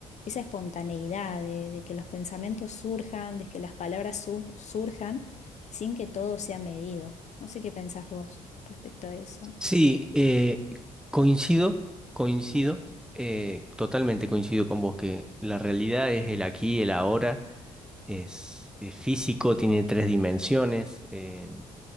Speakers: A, on the left; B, in the centre.
A: esa espontaneidad de, de que los pensamientos surjan, de que las palabras su- surjan sin que todo sea medido. No sé qué pensás vos respecto a eso.
B: Sí, eh, coincido, coincido, eh, totalmente coincido con vos que la realidad es el aquí, el ahora, es, es físico, tiene tres dimensiones, eh,